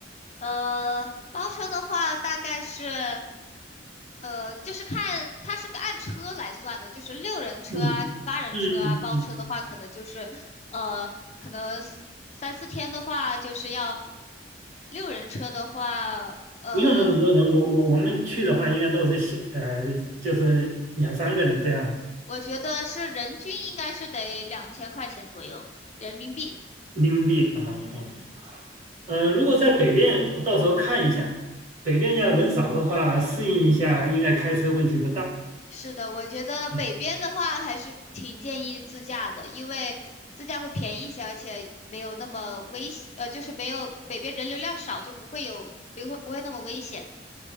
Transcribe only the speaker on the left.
呃，包车的话大概是，呃，就是看它是个按车来算的，就是六人车啊、
八人车啊，
包车的话可能就是呃，可能三三四天的话就是要六人车的话，呃，
我觉得是人均应该是得两千块钱左右人民币。
嗯，
是的，我觉得北边的话还是挺建议自驾的，
因为自驾会便宜一些，而且没有那么危险，呃，就是没有北边人流量少，就不会有，不会不会那么危险。